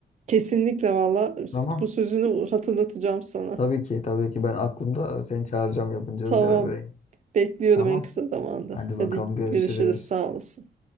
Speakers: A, on the right; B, on the left.
A: Kesinlikle valla
B: Tamam.
A: bu sözünü hatırlatacağım sana.
B: Tabii ki tabii ki ben aklımda seni çağıracağım yapınca
A: Tamam.
B: ızgara böreğini.
A: Bekliyorum
B: Tamam.
A: en kısa zamanda.
B: Hadi
A: Hadi
B: bakalım görüşürüz.
A: görüşürüz. Sağ olasın.